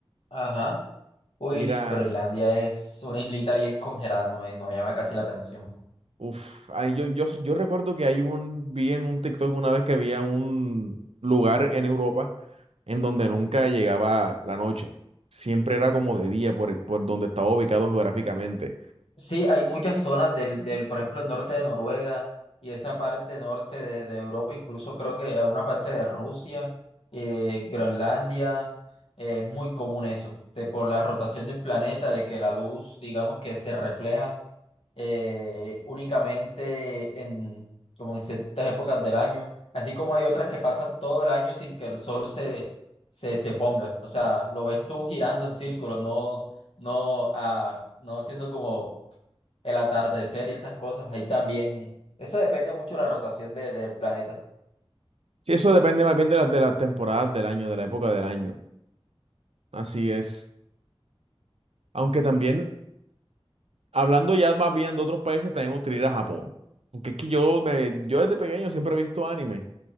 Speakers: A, on the left (about 75°); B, on the right (about 85°).
A: ajá. Uy,
B: ir a
A: pero Islandia es una islita bien congelada, no me, no me llama casi la atención.
B: Uf, ay, yo, yo, yo recuerdo que hay un, vi en un TikTok una vez que había un lugar en Europa en donde nunca llegaba la noche. Siempre era como de día por, el- por donde estaba ubicado geográficamente.
A: Sí, hay muchas zonas del, del, por ejemplo, el norte de Noruega y esa parte norte de, de Europa, incluso creo que a una parte de Rusia, eh, Groenlandia, eh, es muy común eso, de, por la rotación del planeta, de que la luz, digamos que se refleja eh, únicamente en, como en ciertas épocas del año, así como hay otras que pasan todo el año sin que el sol se, se, se ponga, o sea, lo ves tú girando en círculos, no, no, ah, no haciendo como el atardecer y esas cosas. Ahí también, eso depende mucho de la rotación de- del planeta.
B: Sí, eso depende más bien de las, de las temporadas del año, de la época del año. Así es. Aunque también, hablando ya más bien de otros países, también podría ir a Japón. Porque es que yo, me, yo desde pequeño siempre he visto anime.